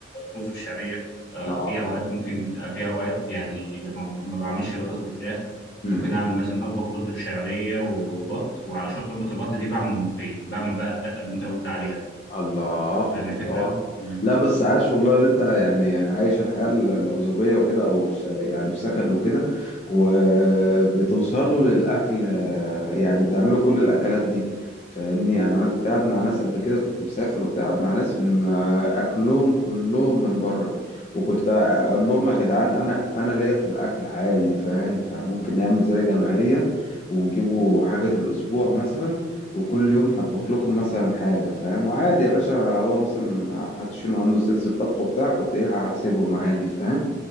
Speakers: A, on the left; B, on the left.
A: رز بشعريه آه،
B: اه
A: في اوقات ممكن آه، في اوقات يعني لما ما بعملش بطاطس بالفراخ
B: امم
A: ممكن اعمل مثلا اطبخ رز بشعريه وبط وعلى شوربه البط دي بعمل ملوخيه بعمل بقى الدقه اللي انت قلت عليها دي
B: الله
A: فاهم الفكره؟
B: الله
A: مم.
B: لا بس عاش والله اللي انت يعني عايش الحياة العزوبية وكده او ش- يعني في سكن وكده وبتوصلوا للاكل آه، يعني بتعملوا كل الاكلات دي فاهمني يعني انا كنت قاعد مع ناس قبل كده كنت مسافر وبتاع قاعد مع ناس ما اكلهم كلهم من بره وكنت اقول لهم يا جدعان انا انا ليا في الاكل عادي فاهم فممكن نعمل زي جمعية ونجيبوا حاجة الأسبوع مثلا وكل يوم هطبخ لكم مثلا حاجة فاهم وعادي يا باشا هو مثلا ما حدش فيهم عنده سنس الطبخ بتاع كنت ايه هسيبهم عادي فاهم